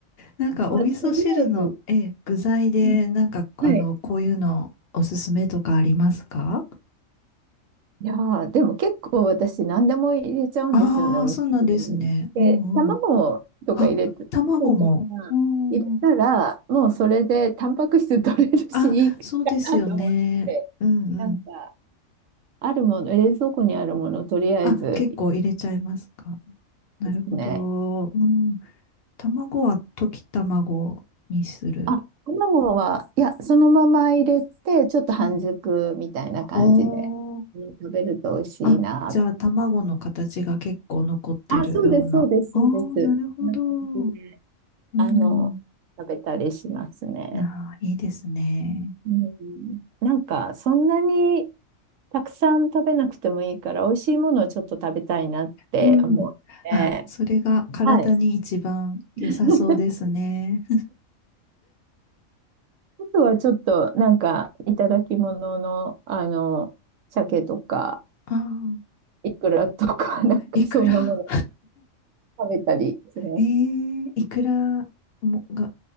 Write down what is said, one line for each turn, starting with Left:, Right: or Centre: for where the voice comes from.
Left: なんかお味噌汁の、
Right: まあ、とりあえず、
Left: ええ、具材で、
Right: うん、
Left: なんかあの、
Right: はい。
Left: こういうのおすすめとかありますか
Right: いやーでも結構私何でも入れちゃうんですよね、
Left: ああー、
Right: お味噌汁に。
Left: そうなんですね。
Right: で、
Left: うんうん。
Right: 卵とか入れて、
Left: あ、卵も。
Right: 卵とか
Left: うん
Right: 入れたら、もうそれでタンパク質取れるし、
Left: あ、
Right: いいかなと思って、
Left: そうですよね。うんうん。
Right: なんか、あるもの、冷蔵庫にあるもの、とりあえず
Left: あ、結構入れちゃいますか。なるほど。
Right: ですね。
Left: うん。卵は溶き卵にする。
Right: あ、卵は、いや、そのまま入れて、ちょっと半熟みたいな感じで、
Left: うん。おー。
Right: うん食べると美味しいなって。
Left: あ、じゃあ卵の形が結構残ってるような。
Right: あ、そうです、そうです、
Left: ああ、
Right: そうです。
Left: なるほど。
Right: こんな感じで。
Left: うん。
Right: あの、食べたりしますね。
Left: なあ、いいですね。
Right: うん。なんか、そんなにたくさん食べなくてもいいから、美味しいものをちょっと食べたいなって思って、
Left: うん。あ、それが体に一番良さそうですね。
Right: はい。<laughs> あとはちょっと、なんか、いただき物の、あの、鮭とか、
Left: <laughs> あ
Right: イクラとか、なんか、
Left: あ、いくら。
Right: そんなもの食べたりします。
Left: えー、いくらもが、